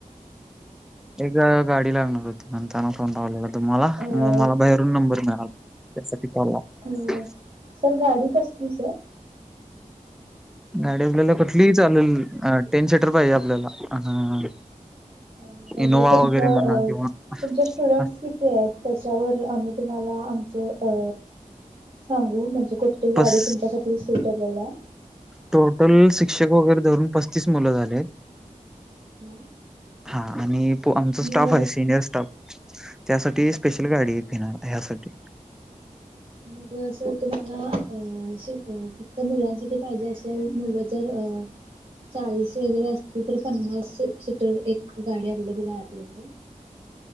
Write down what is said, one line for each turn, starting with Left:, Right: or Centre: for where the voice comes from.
Centre: एक गाडी लागणार होती. म्हणताना फोन लावलेला तुम्हाला.
Right: अ
Centre: म मला बाहेर नंबर मिळाला त्यासाठी कॉल लावला.
Right: अ, सर गाडी कसली सर.
Centre: गाडी आपल्याला कुठलीही चालेल. टेन सीटर पाहिजे आपल्याला. ह
Right: म्हणजे
Centre: इनोवा
Right: तुमचं
Centre: वगैरे म्हणा.
Right: अ
Centre: किंवा
Right: तुमचे स्टुडंट्स
Centre: हां,
Right: किती आहेत? त्याच्यावर आम्ही तुम्हाला आमचे अ सांगू, म्हणजे कुठची
Centre: पस
Right: गाडी तुमच्यासाठी सुटेबल आहे.
Centre: टोटल शिक्षक वगैरे धरून, पस्तीस मुलं झालेत.
Right: हा
Centre: हां आणि आमचा स्टाफ
Right: मग
Centre: हाय, सिनियर स्टाफ, त्यासाठी
Right: हा
Centre: स्पेशल कुठली गाडी फिरणार ह्यासाठी?
Right: मग असं तुम्हाला, अ श फक्त मुलांसाठी पाहिजे असल मुलं जर अ चाळीस वगैरे असतील, तर पन्नास सीटर एक गाडी अवे्लेबल आहे, आपल्याकडे.